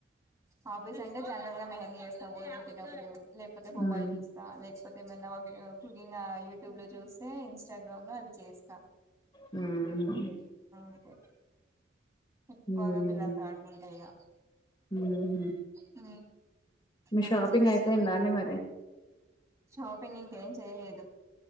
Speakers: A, on the right (about 15°); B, on the left (about 25°).
A: హాబీస్ అంటే జనారల్గా కూడా మెహందీ యేస్తా బోర్ కొట్టినప్పుడు లేకపోతే మొబైల్
B: హ్మ్
A: చూస్తా లేకపోతే మెల్లవోగి కుగిగ్ యూట్యూబ్ లో చూస్తే ఇన్స్టాగ్రామ్ లో అవి చేస్త
B: హ్మ్
A: ఓకే ఎక్కువగా
B: హ్మ్
A: పిల్లలతో ఆడుకుంటా ఇగ
B: హ్మ్
A: ఉ
B: మీ
A: అవి
B: షాపింగ్
A: చూస్తుంట
B: అయిపోయిందా అండి మరి
A: షాపింగ్ ఇంకా ఏం చేయలేదు